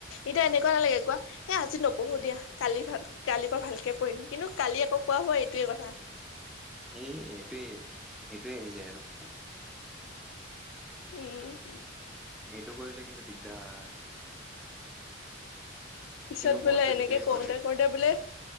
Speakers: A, on the left; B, in the centre.
A: এতিয়া এনেকুৱা নালাগে কোৱা এ আজি নপঢ়ো দিয়া কালি ভাল কালিৰ পৰা ভালকে পঢ়ি কৰিম কিন্তু কালি আকৌ কোৱা হোৱা এইটোয়ে কথা।
B: এ, এইটোৱে-সেইটোৱে হৈ যায় আৰু।
A: উম,
B: সেইটো কৰিলে কিন্তু দিগদাৰ হয়।
A: পিছত
B: কিন্তু
A: বোলে
B: মনটো
A: এনেকে
B: সেইটোৱে
A: কৰোতে-কৰোতে
B: কৰে
A: বোলে